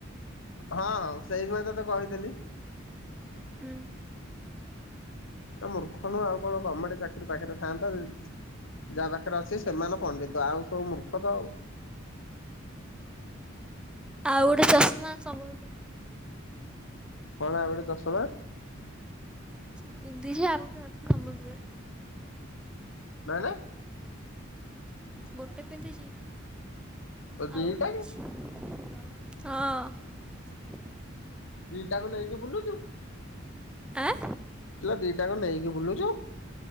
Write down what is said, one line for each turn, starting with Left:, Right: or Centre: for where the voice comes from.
Left: ହଁ ସେଇଥି ପାଇଁ ତତେ କହିଥିଲି।
Centre: ହୁଁ
Left: ଆ ମୂର୍ଖ ନୁହଁ ଆଉ କଣ ଗମେଣ୍ଟ ଚାକିରି ଫାକିରୀ ପାଖରେ ଥାନ୍ତା ଯାହା ପାଖରେ ଅଛି ସେମାନେ ପଣ୍ଡିତ ଆଉ ସବୁ ମୂର୍ଖ ତ ଆଉ।
Centre: ଆଉ ଗୋଟେ ଚଷମା ସବୁ
Left: କଣ ଗୋଟେ ଚଷମା
Centre: <unintelligible> ସମ୍ବଲପୁରରେ
Left: ନାଇଁ ନାଇଁ।
Centre: ଗୋଟେ ପିନ୍ଧିଛି
Left: ତୋ ଦିଟା
Centre: ଆଉ ଗୋଟେ ଅଛି।
Left: କି
Centre: ହଁ।
Left: ଦି ଟାଙ୍କୁ ନେଇକି ବୁଲୁଚୁ।
Centre: ଆଁ।
Left: ଇଲୋ ଦିଟା ଙ୍କ ନେଇକି ବୁଲୁଚୁ।